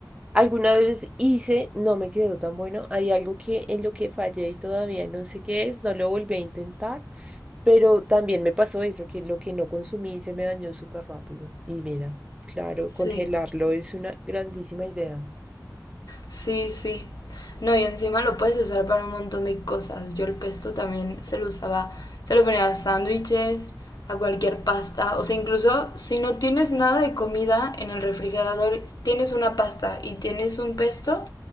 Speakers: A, on the right; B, on the left.
A: Alguna vez hice, no me quedó tan bueno. Hay algo que en lo que fallé y todavía no sé qué es, no lo volví a intentar, pero también me pasó eso, que lo que no consumí se me dañó súper rápido. Y mira, claro,
B: sí.
A: congelarlo es una grandísima idea.
B: Sí, sí. No, y encima lo puedes usar para un montón de cosas. Yo el pesto también se lo usaba, se lo ponía a sándwiches, a cualquier pasta. O sea, incluso si no tienes nada de comida en el refrigerador, tienes una pasta y tienes un pesto,